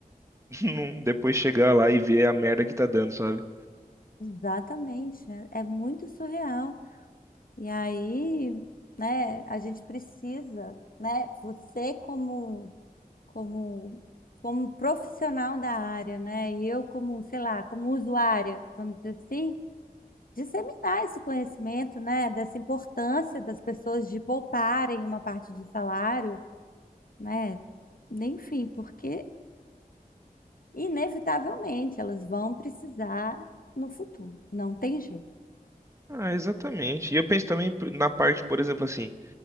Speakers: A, on the right; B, on the left.
A: <laughs> não depois chegar lá e ver a merda que tá dando, sabe?
B: exatamente, é é muito surreal. E aí, né, a gente precisa, né, você como como como profissional da área, né, e eu como, sei lá, como usuária, vamos dizer assim, disseminar esse conhecimento, né, dessa importância das pessoas de pouparem uma parte do salário, né, enfim, porque inevitavelmente elas vão precisar no futuro, não tem jeito.
A: Ah, exatamente. E eu penso também p- na parte, por exemplo, assim,